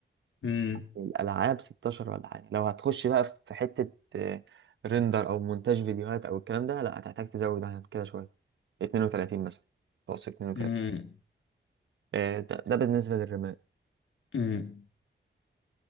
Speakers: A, on the left; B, on the right.
A: امم
B: الالعاب 16 ولا حاجه لو هتخش بقى في حته آه، ريندر او مونتاج فيديوهات او الكلام ده لا هتحتاج تزود عن كده شويه 32 مثلا توصل 32
A: امم
B: آه، ده ده بالنسبه للرامات
A: امم